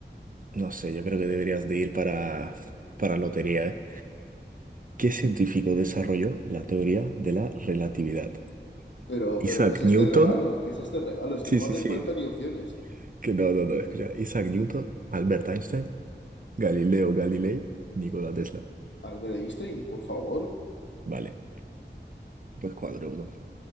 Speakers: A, on the right; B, on the left.
A: No sé, yo creo que deberías de ir para, para lotería, ¿eh? ¿Qué científico desarrolló la teoría de la relatividad?
B: Pero,
A: Isaac
B: pero, ¿qué es este
A: Newton.
B: regalo? ¿Qué es este regalo? Es
A: Sí,
B: que no me
A: sí,
B: hacen
A: sí.
B: falta ni opciones.
A: Que no, no, no, escucha. Isaac Newton, Albert Einstein, Galileo Galilei, Nikola Tesla.
B: Albert Einstein, por favor.
A: Vale, pues cuadro uno.